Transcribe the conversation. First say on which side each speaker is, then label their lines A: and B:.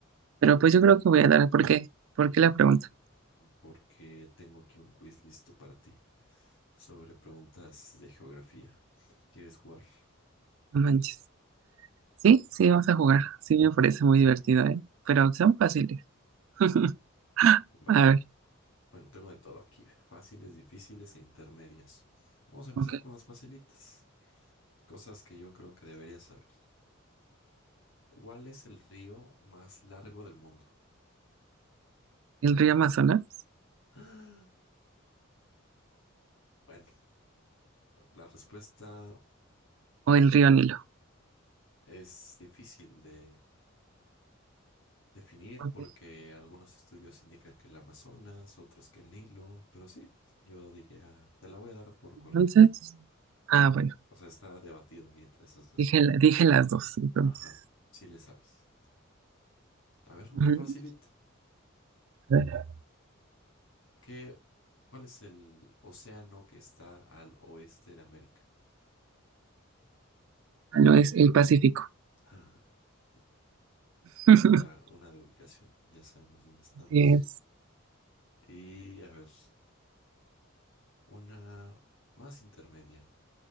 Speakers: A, on the right; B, on the left.
A: Pero pues yo creo que voy a dar, ¿por qué? ¿Por qué la pregunta?
B: porque tengo aquí un quiz listo para ti sobre preguntas de geografía. ¿Quieres jugar?
A: No manches. Sí, sí, vamos a jugar. Sí, me parece muy divertido, ¿eh? Pero son fáciles. <laughs>
B: Va.
A: A ver,
B: Bueno, tengo de todo aquí, fáciles, difíciles e intermedias. Vamos a empezar
A: ok.
B: con las facilitas, cosas que yo creo que deberías saber. ¿Cuál es el río más largo del mundo?
A: ¿El río Amazonas
B: <gasps> ¡Ah! Bueno, la respuesta
A: o el río Nilo?
B: es difícil de definir
A: Ok,
B: porque algunos estudios indican que el Amazonas, otros que el Nilo, pero sí, yo diría, te la voy a dar por correcto.
A: Entonces, ah, bueno,
B: O sea, está debatido ahí entre esos dos.
A: dije, la- dije las dos, entonces.
B: Ajá, sí le sabes. A ver, una
A: Ujú.
B: facilita.
A: A ver,
B: ¿Qué, cuál es el océano que está al oeste de América?
A: ah, no es el Pacífico.
B: Ah, mira,
A: <laughs>
B: ya una de ubicación, ya sabemos dónde estamos.
A: Así es.
B: Y a ver, una más intermedia.